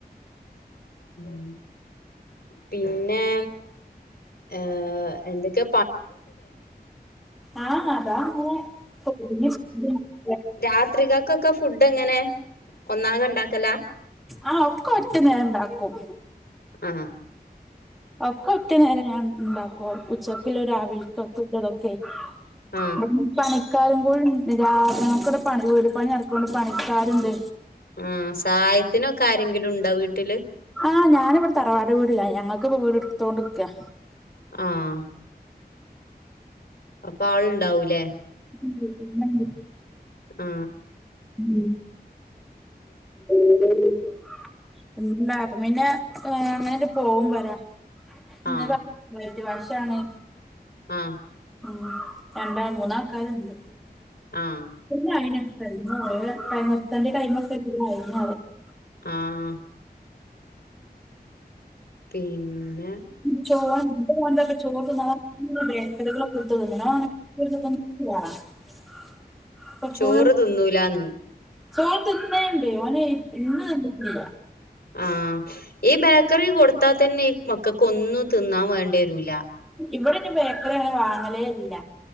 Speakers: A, on the left; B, in the centre.
A: ഉം പിന്നെ ഏ എന്തെക്കെ
B: ആഹ് അതാ അങ്ങനെ <unintelligible>
A: രാത്രിക്കൊക്കെക്ക ഫുഡ് എങ്ങനെ ഒന്നാകെ ഇണ്ടാക്കലാ
B: ആഹ് ഒക്ക ഒറ്റ നേരം ഇണ്ടാക്കും
A: ആഹ്
B: ഒക്കെ ഒറ്റ നേരം ഞാൻ ഇണ്ടാക്കും ഉച്ചക്ക്ല്ലതും രാവിൽക്കൊക്കെ ഉള്ളതൊക്കെ
A: ആഹ്
B: ബട്ന്ന് പണി ക്കാരും കൂടിണ്ട് <unintelligible> ഇവിടെ പണി വീട് പണി നടക്കോണ്ട് പണിക്കാര്ണ്ട്
A: ആഹ സഹായത്തിനൊക്കെ ആരെങ്കിലും ഉണ്ടോ വീട്ടില്?
B: ആ ഞാനിവിടെ തറവാട് വീടിലായി ഞങ്ങൾക്ക്പ്പം വീട് എടുത്തൊണ്ട്ക്ക
A: ആഹ് അപ്പൊ ആൾണ്ടാവൂലേ
B: ഉ നന്ദി
A: ആ
B: ഉം <inaudible> <unintelligible> പിന്നെ അങ്ങനെ പോവും പറയാ <unintelligible>
A: ആഹ്
B: <unintelligible> വശാണ്
A: ആഹ്
B: ഉ രണ്ടാ മൂന്നാക്കാര് ഇണ്ട്
A: ആഹ്
B: പിന്നെ ആയിന. സെൽമു <unintelligible> തന്റെ കൈമക്കായിരുന്നു <inaudible> <inaudible> <unintelligible>
A: ആഹ് പിന്നെ
B: ക്ക ചോട്ടന്ന <unintelligible> ഫുൾ
A: ചോറു തിന്നൂലാന്ന്.
B: ചോറ് തിന്നേണ്ടേ ഓനെ ഇന്ന് തിന്നില്ല
A: ആഹ് ഈ ബേക്കറി കൊടു ത്താ തന്നെ ഈ മക്കൾക്ക് ഒന്നും തിന്നാൻ വേണ്ട വരൂല.
B: ഇവിടെന്ന ബേക്കറി അങ്ങനെ വാങ്ങലേ ഇല്ല.